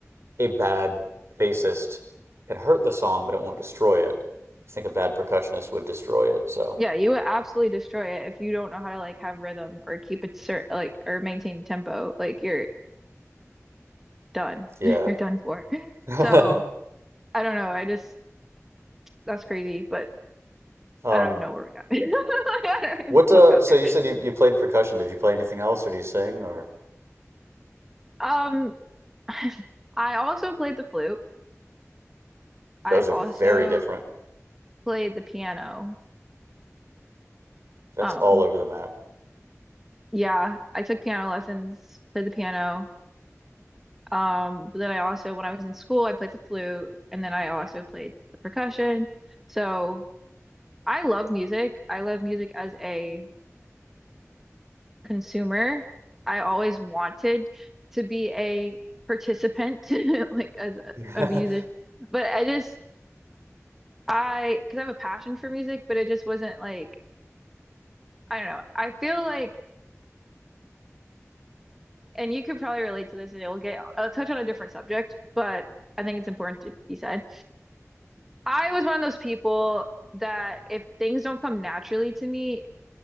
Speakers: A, on the right; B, in the centre.
A: a bad bassist can hurt the song, but it won't destroy it. I think a bad percussionist would destroy it, so
B: yeah, you would absolutely destroy it if you don't know how to like have rhythm or keep it cert like or maintain tempo. Like you're done.
A: yeah.
B: <laughs> You're done for.
A: <laughs>
B: So I don't know. I just that's crazy, but
A: Um,
B: I don't even know where we got. <laughs> I don't even
A: what
B: know
A: uh,
B: how we got
A: so
B: there.
A: you said you, you played percussion. Did you play anything else, or do you sing, or
B: Um, <laughs> I also played the flute. I
A: those
B: also
A: are very different.
B: played the piano.
A: That's
B: Um,
A: all over the
B: yeah, I took piano lessons, played the piano. Um, but then I also, when I was in school, I played the flute, and then I also played the percussion. So I love music. I love music as a consumer. I always wanted to be a participant, <laughs> like as a,
A: map.
B: a music. But I just I, because I have a passion for music, but it just wasn't like, I don't know. I feel like, and you could probably relate to this and it will get, I'll touch on a different subject, but I think it's important to be said. I was one of those people that if things don't come naturally to me,